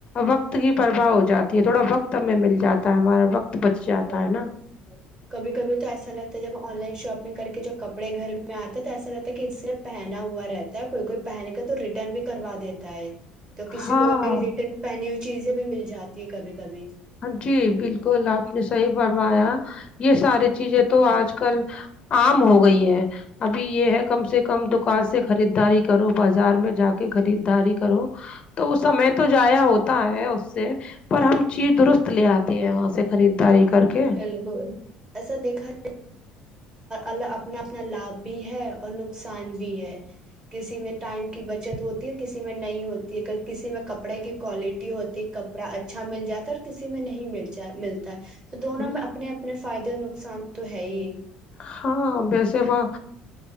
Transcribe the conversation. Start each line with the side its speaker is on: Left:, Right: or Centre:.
Left: وقت کی پرواہ ہو جاتی ہے تھوڑا وقت ہمیں مل جاتا ہے ہمارا وقت تو بچ جاتا
Right: بالکل
Left: ہے نا
Right: کبھی کبھی تو ایسا لگتا ہے جب آن لائن شاپنگ کر کے جب کپڑے گھر میں آتے ہیں تو ایسا لگتا ہے کہ اس سےرف پہنا ہوا رہتا ہے کوئی کوئی پہنے کا تو ریٹرن بھی کروا دیتا ہے تو کسی
Left: ہاں
Right: کو ریٹرن پہنی ہوئی چیز بھی مل جاتی ہے کبھی کبھی
Left: جی بالکل آپ نے صحیح فرمایا یہ ساری چیزیں تو آج کل عام ہو گئی ہے ابھی یہ ہے کم سے کم کم دکان سے خریداری کی کرو بازار میں جا کے خریدداری کرو تو وہ سمے تو جضایا ہوتا ہے اس سے پر ہم چیز درست لے آتی ہے وہاں سے خریداری کر کے
Right: بالکل ایسا دیکھا ہے ال اپنا اپنا لابھ بھی ہے اور نقصان بھی ہے کسی میں ٹائم کی بچت ہوتی کسی میں نہیں ہوتی ہے کسی میں کپڑے کی کوالٹی ہوتی کپڑا اچھا مل جاتا ہے اور کسی میں نہیں مل ملتا ت تو دونوں
Left: ہاں
Right: میں اپنے اپنے فائدے نقصان تو ہے ہی
Left: ہاں بیسے وہ